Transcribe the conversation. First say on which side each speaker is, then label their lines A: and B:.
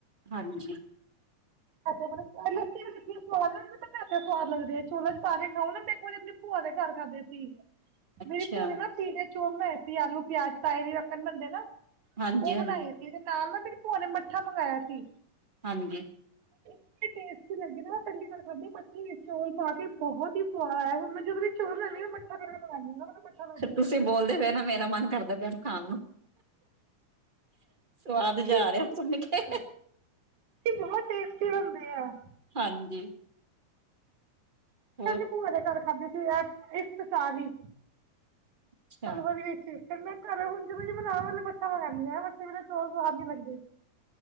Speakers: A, on the right (about 35°); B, on the right (about 75°).
A: ਹਾਂਜੀ
B: <inaudible> ਸਵਾਦ ਲੱਗਦੇ ਐ ਛੋਲੇ ਚ ਪਾ ਕੇ ਖਾਓ ਨਾ ਮੈ ਇਕ ਵਾਰੀ ਆਪਣੇ ਭੂਆ ਦੇ ਘਰ ਖਾਂਦੇ ਸੀ।
A: ਅੱਛਾ
B: ਮੇਰੀ ਭੂਆ ਨੇ ਨਾ ਧੀ ਦੇ ਚੌਲ ਬਣਾਏ ਸੀ, ਆਲੂ ਪਿਆਜ ਪਾਏ ਹੀ ਰੱਖਣ ਬਣਦੇ ਨਾ
A: ਹਾਂਜੀ
B: ਉਹ
A: ਹਾਂਜੀ
B: ਬਣਾਏ ਸੀ ਤੇ ਨਾਲ ਨਾ ਮੇਰੀ ਭੂਆ ਨੇ ਮੱਠਾ ਮੰਗਾਇਆ ਸੀ।
A: ਹਾਂਜੀ,
B: ਬੜਾ ਟੇਸਟੀ ਲੱਗ ਰਿਹਾ ਪਹਿਲੀ ਵਾਰ ਖਾਦੇ ਮੱਠੇ ਵਿੱਚ ਚੋਲ ਪਾ ਕੇ ਬਹੁਤ ਹੀ ਸਵਾਦ ਆਇਆ, ਹੁਣ ਮੈਂ ਜਦੋਂ ਚੋਲ ਲੈਂਦੀ ਆਂ ਮੱਠਾ ਮੰਗਾਉਂਦੀ ਹਾਂ ਮੈਨੂੰ ਮੱਠਾ ਲੱਗਦਾ
A: ਤੁਸੀਂ
B: ਹੈ
A: ਬੋਲਦੇ ਰਹੇ ਨਾ ਨਾ ਮੇਰਾ ਮਨ ਕਰਦਾ ਖਾਣ ਨੂੰ ਸੁਆਦ ਜਾ
B: ਬਹੁਤ
A: ਆ ਰਿਹਾ
B: ਸਵਾਦ
A: ਸੁਣ
B: ਬਣਦੇ
A: ਕੇ
B: ਆ ਇਹ ਬਹੁਤ ਟੇਸਟੀ ਬਣਦੇ ਆ
A: ਹਾਂਜੀ। ਹੋਰ
B: ਦੇ ਭੂਆ ਦੇ ਘਰ ਖਾਧੇ ਸੀ। ਇੱਕ ਹਜ਼ਾਰ ਇੱਕ ਚਾਲੀ।
A: ਅੱਛਾ
B: ਭਗਵਤ ਵਿੱਚ ਏ। ਤੇ ਮੈਂ ਘਰ ਹੁਣ ਜੇ ਬਨਾਉਣ ਵੇਲੇ ਮੱਠਾ ਮੰਗਾਂਦੀ ਹਾਂ, ਮੱਠੇ ਬਿਨਾਂ ਮੈਂਨੂੰ ਚੌਲ ਸਵਾਦ ਨੀ ਲੱਗਦੇ।